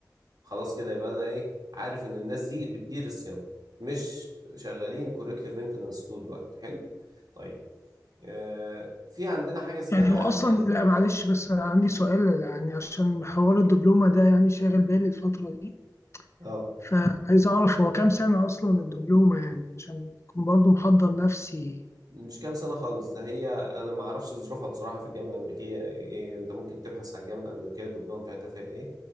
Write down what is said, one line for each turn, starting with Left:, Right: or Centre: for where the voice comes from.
Right: خلاص كده يبقى انا ايه عارف ان الناس دي بتدير الصيانه مش شغالين كوركتيف مينتنس طول الوقت حلو طيب آه، في عندنا حاجة اسمها
Left: يعني هو أصلا
Right: اه
Left: لا معلش بس أنا عندي سؤال يعني عشان حوار الدبلومة ده يعني شاغل بالي الفترة دي
Right: آه،
Left: فعايز أعرف هو كام سنة أصلا الدبلومة يعني عشان أكون برضو محضر نفسي
Right: مش كام سنة خالص ده هي أنا ما أعرفش ظروفها بصراحة في الجامعة الأمريكية إيه أنت ممكن تبحث على الجامعة الأمريكية الدبلومة بتاعتها فيها إيه